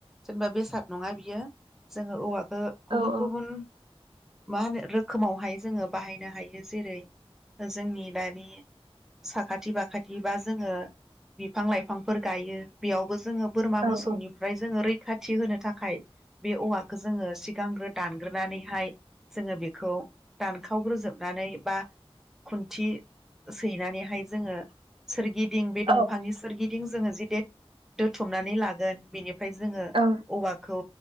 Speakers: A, in the centre; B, on the right.
A: जेनेबा बेसाद नंङा बियो जोंङो औवा ओ
B: औ
A: गुबुन गुबुन माहोनो रोखोमावहाय जोंङो बाहायनो हायो जेरै जोंनि दानि साखाथ थिबा खाथिबा जोंङो बिफां लाइफां फोर गायो बेयावबो जोंङो बोरमा मोसौनिफ्राय
B: औ
A: जोंङो रैखाथ थि होनो था खाय बे औवाखौ जोंङो सिगांग्रो दानग्रोनानैहाय जोंङो बेखौ दानखावग्रोजोबनानै बा खुन्थि सैनानैहाय जोंङो सोरगिदिं बे
B: औ
A: दंफांनि सोरगि दिं जोंङो जि दे दुथुमनानै लागोन बिनि फ्राय जोंङो
B: औ
A: औवा खौ